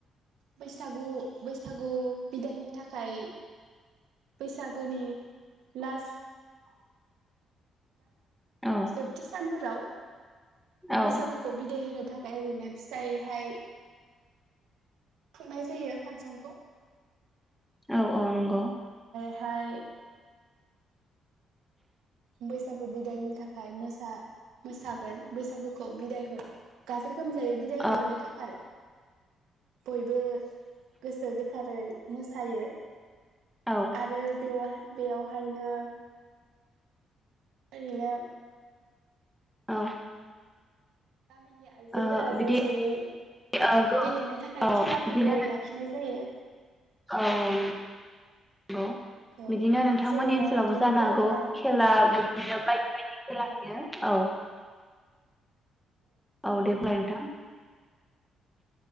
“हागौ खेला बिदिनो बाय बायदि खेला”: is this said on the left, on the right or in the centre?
Centre